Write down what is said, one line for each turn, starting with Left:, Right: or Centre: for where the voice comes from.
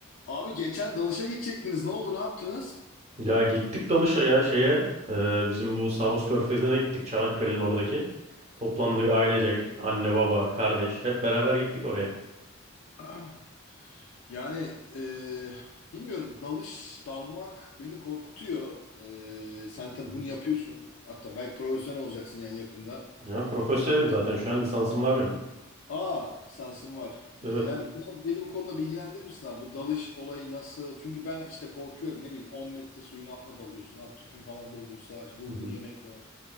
Left: Abi geçen dalışa gidecektiniz. Ne oldu? Ne yaptınız?
Right: Ya gittik dalışa ya şeye e, bizim bu Saros Körfezi'ne gittik Çanakkale'nin oradaki. Toplandık
Left: Hı hı.
Right: ailecek anne baba kardeş hep beraber gittik oraya.
Left: <clears throat> Yani e, bilmiyorum. Dalış, dalmak beni korkutuyor. E, sen tabii
Right: Hı hı.
Left: bunu yapıyorsun. Hatta belki profesyonel olacaksın yani yakında.
Right: Ya profesyonelim zaten şu an lisansım var benim.
Left: Aa, lisansın var.
Right: Evet.
Left: E, yani biraz beni bu konuda bilgilendirir misin abi? Bu dalış olayı nasıl? Çünkü ben işte korkuyorum. Ne bileyim 10 metre suyun altına dalıyorsun. Abi tüpün falan bozulsa, işte vurgun
Right: Hı hı.
Left: yemek var.